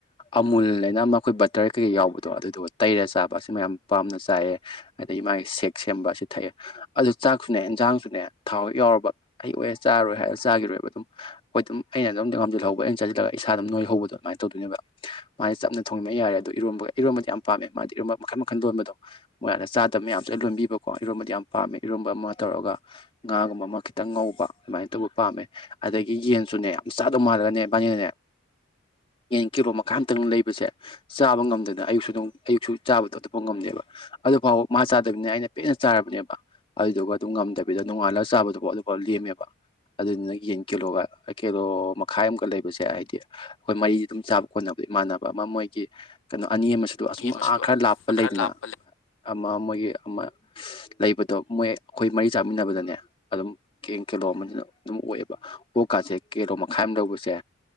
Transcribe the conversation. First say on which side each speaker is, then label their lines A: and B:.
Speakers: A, on the left; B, on the left.
A: ꯑꯃꯨꯜ ꯍꯥꯏꯅ ꯃꯈꯈꯣꯏ ꯕꯇꯔ ꯀꯩꯀꯩ ꯌꯥꯎꯕꯗꯣ ꯑꯗꯨꯗꯨꯒ ꯇꯩꯔ ꯆꯥꯕ ꯑꯁꯤꯃ ꯌꯥꯝ ꯄꯥꯝꯅ ꯆꯥꯏꯑ ꯑꯗꯒꯤ ꯃꯥꯒꯤ ꯁꯦꯛ ꯁꯦꯝꯕ ꯑꯁꯤ ꯊꯛꯑꯦ ꯑꯗꯨ ꯆꯥꯛꯁꯨꯅꯦ ꯏꯟꯖꯥꯡꯁꯨꯅꯦ ꯊꯥꯎ ꯍꯦꯛ ꯌꯥꯎꯔꯕ ꯑꯩ ꯑꯣꯏꯦ ꯆꯥꯔꯣꯏ ꯍꯥꯏꯔꯒ ꯆꯥꯈꯤꯔꯣꯏꯕ ꯑꯗꯨꯝ ꯍꯣꯏ ꯑꯗꯨꯝ ꯑꯩꯅ ꯑꯗꯨꯝ ꯉꯝꯜꯍꯧꯕ ꯑꯩꯅ ꯆꯠꯁꯤꯜꯂꯒ ꯏꯁꯥ ꯑꯗꯨꯝ ꯅꯣꯏ ꯍꯧꯕꯗꯣ ꯑꯗꯨꯃꯥꯏ ꯇꯗꯣꯏꯅꯦꯕ ꯃꯥꯅ ꯆꯞꯅ ꯊꯣꯡꯅꯤꯡꯕ ꯌꯥꯔꯦ ꯑꯗꯣ ꯏꯔꯣꯝꯕꯒ ꯏꯔꯣꯝꯕꯗꯤ ꯌꯥꯝ ꯄꯥꯝꯃꯦ ꯃꯥꯗꯤ ꯏꯔꯣꯝꯕ ꯃꯈꯜ ꯃꯈꯜ ꯂꯣꯟꯕꯗꯣ ꯃꯣꯏꯗ ꯆꯥꯗꯕ ꯃꯌꯥꯝꯁꯨ ꯂꯣꯟꯕꯤꯕꯀꯣ ꯏꯔꯣꯕꯗꯤ ꯌꯥꯝ ꯄꯥꯝꯃꯦ ꯏꯔꯣꯕ ꯑꯃ ꯇꯧꯔꯒ ꯉꯥꯒꯨꯝꯕ ꯑꯃ ꯈꯤꯇꯪ ꯉꯧꯕ ꯑꯗꯨꯃꯥꯏꯅ ꯇꯧꯕ ꯄꯥꯝꯃꯦ ꯑꯗꯒꯤ ꯌꯦꯟꯁꯨꯅꯦ ꯌꯥꯝ ꯆꯥꯗꯧ ꯃꯥꯜꯂꯒꯅꯦ ꯕꯥꯅꯤꯅꯅꯦ ꯌꯦꯟ ꯀꯤꯂꯣ ꯃꯈꯥ ꯑꯃꯝꯇꯪ ꯂꯩꯕꯁꯦ ꯆꯥꯕ ꯉꯝꯗꯅ ꯑꯌꯨꯛꯁꯨ ꯑꯗꯨ ꯑꯌꯨꯛꯁꯨ ꯆꯥꯕꯗꯣ ꯑꯇꯣꯞꯄ ꯉꯝꯗꯦꯕ ꯑꯗꯨꯐꯥꯎꯕ ꯃꯥ ꯆꯥꯗꯕꯅꯤꯅ ꯑꯩꯅ ꯄꯦꯟꯅ ꯆꯥꯔꯕꯅꯦꯕ ꯑꯗꯨꯗꯨꯒ ꯑꯗꯨꯝ ꯉꯝꯗꯕꯤꯗ ꯅꯣꯡꯉꯥꯂꯒ ꯆꯥꯕꯗꯨꯐꯥꯎ ꯑꯗꯨꯐꯥꯎ ꯂꯦꯝꯃꯦꯕ ꯑꯗꯨꯗꯨꯅ ꯌꯦꯟ ꯀꯤꯂꯣꯒ ꯀꯤꯂꯣ ꯃꯈꯥꯏ ꯑꯃꯨꯛꯒ ꯂꯩꯕꯁꯦ ꯍꯥꯏꯗꯤ ꯑꯩꯈꯣꯏ ꯃꯔꯤꯗꯤ ꯑꯗꯨꯝ ꯆꯥꯕ ꯈꯣꯠꯅꯕꯗ ꯏꯃꯥꯟꯅꯕ ꯑꯃ ꯃꯣꯏꯒꯤ ꯀꯩꯅꯣ ꯑꯅꯤ ꯑꯃꯁꯨ ꯑꯗꯨ ꯑꯁꯨꯝ
B: ꯌꯦꯡꯕꯁꯤꯗ
A: ꯑꯥ ꯈꯔ ꯂꯥꯞꯄ ꯂꯩꯗꯅ
B: ꯈꯔ ꯂꯥꯞꯄ
A: ꯑꯃ ꯑꯃꯒꯤꯣꯏꯒꯤ ꯑꯃ ꯂꯩꯕ ꯑꯗꯣ ꯃꯣꯏ ꯑꯩꯈꯣꯏ ꯃꯔꯤ ꯆꯥꯃꯤꯟꯅꯕꯗꯅꯦ ꯑꯗꯨꯝ ꯀꯦꯡ ꯀꯦꯂꯣ ꯑꯃꯅ ꯑꯗꯨꯝ ꯑꯣꯏꯑꯦꯕ ꯑꯣꯀꯥꯥꯁꯦ ꯀꯦꯔꯣ ꯃꯈꯥꯏ ꯑꯃ ꯂꯧꯧꯕꯁꯦ